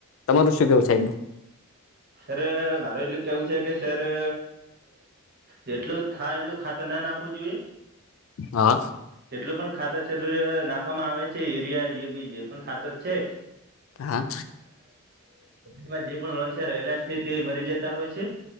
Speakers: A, on the left (about 65°); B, on the right (about 45°).
A: તમારું શું કેવું સા
B: સરે મારે એટલું કેવું છે કે સરે જેટલું થાય એટલું ખાતર ના નાખવું જોઈએ
A: હા
B: જેટલું પણ ખાતર <unintelligible> નાખવામાં આવે છે યુરિયા ડી એ પી જે પણ ખાતર છે,
A: હા
B: એમાં જે પણ અળશિયા રહેલા છે તે મરી જતા હોય છે.